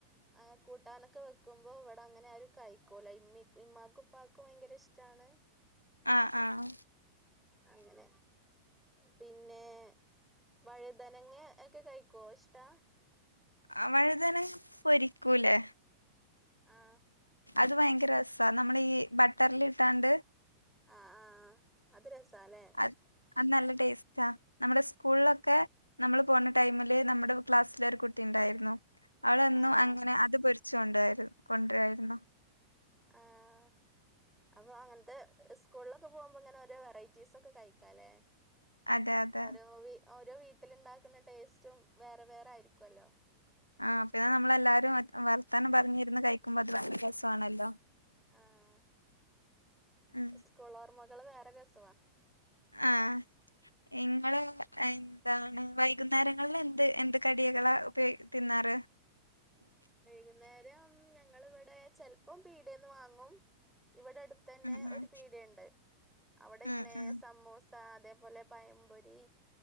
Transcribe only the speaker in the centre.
ആ കൂട്ടാനൊക്കെ വെക്കുമ്പൊ ഇവടെ അങ്ങനെ ആരും കഴിക്കൂല ഇമ്മി ഇമ്മാക്കും ഉപ്പാക്കും ഭയങ്കരഷ്ടാണ്.
അങ്ങനെ പിന്നെ. വഴുതനങ്ങെ ഒക്കെ കഴിക്കുവോ ഇഷ്ടാ.
ആഹ്.
ആഹ് ആഹ് ആഹ് അത് രസാലേ.
ആഹ്
ആഹ്
ആഹ് അപ്പൊ അങ്ങൻത്തെ സ് കൂളൊക്കെ പോവുമ്പോ ഇങ്ങനെ ഓരോ വെറൈറ്റീസ് ഒക്കെ കഴിക്കാലേ
ഓരോ വീ ഓരോ വീട്ട്ല് ഇണ്ടാക്ക്ന്ന ടേസ്റ്റും വേറെ വേറെ ആയിരിക്കൊല്ലോ
ആഹ്
ഇസ്കൂൾ ഓർമ്മകള് വേറ രസവാ
വൈകുന്നേരം ഞങ്ങള് ഇവടെ ചെല്പ്പം പീടേന്ന് വാങ്ങും ഇവടെ അട് തന്നെ
ഒരു പീടണ്ട് അവടെങ്ങനെ
സമൂ സ അതേപോലെ പയം പൊരി